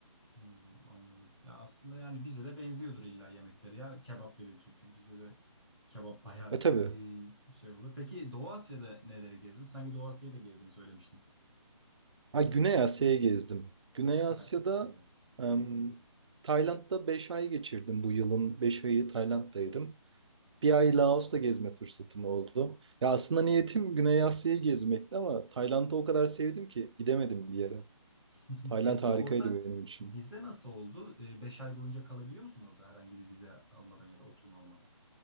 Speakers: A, in the centre; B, on the right.
A: Hmm, anladım. Ya aslında yani bize de benziyordur illa yemekleri ya. Kebap dedin çünkü bizde de kebap bayağı
B: E tabii.
A: e, şey olur. Peki Doğu Asya'da neleri gezdin? Sanki Doğu Asya'yı da gezdiğini söylemiştin.
B: Ha, Güney Asya'yı gezdim. Güney Asya'da
A: Ha, Güney.
B: em, Tayland'da 5 ay geçirdim bu yılın. beş ayı Tayland'daydım. Bir ay Laos'ta gezme fırsatım oldu. Ya aslında niyetim Güney Asya'yı gezmekti ama Tayland'ı o kadar sevdim ki gidemedim bir yere.
A: <laughs>
B: Tayland
A: Peki
B: harikaydı
A: orada
B: benim için.
A: vize nasıl oldu? E, 5 ay boyunca kalabiliyor musun orada herhangi bir vize almadan ya da oturum almadan?